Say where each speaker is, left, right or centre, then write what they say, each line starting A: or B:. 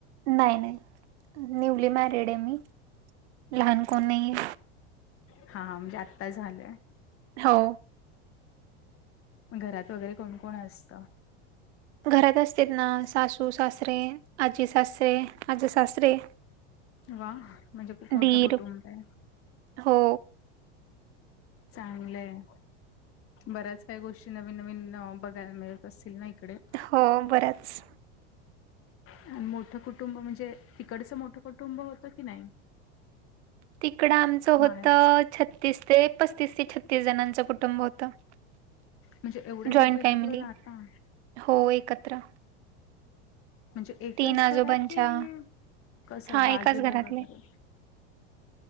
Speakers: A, on the right; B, on the left.
A: नाही नाही निवली मॅरीड आहे मी लहान कोण नाही ये.
B: हा म्हणजे आत्ता झालंय.
A: हो.
B: घरात वगैरे कोण कोण असतं?
A: घरात असते ना सासू सासरे, आजी सासरे, आजे सासरे.
B: वा म्हणजे खूप मोठं
A: दीर
B: कुटुंब आहे.
A: हो
B: चांगलंय. बऱ्याच काही गोष्टी नवीन नवीन बघायला मिळत असतील ना इकडे?
A: हो बरंच
B: आणि मोठं कुटुंब म्हणजे ईकडच मोठं कुटुंब होतं की नाही?
A: तिकडं आमचं
B: माहेरचं
A: होत छत्तीस ते पसतीस ते छतीस जणांचं कुटुंब. कुटुंब होत
B: म्हणजे एवढे
A: जॉईंट
B: लोक एकत्र
A: फॅमिली
B: राहता
A: हो एकत्र.
B: म्हणजे एकाच
A: तीन आजोबांच्या
B: घरात की कसं
A: हा
B: बाजूला
A: एकाच घरातले
B: वगैरे?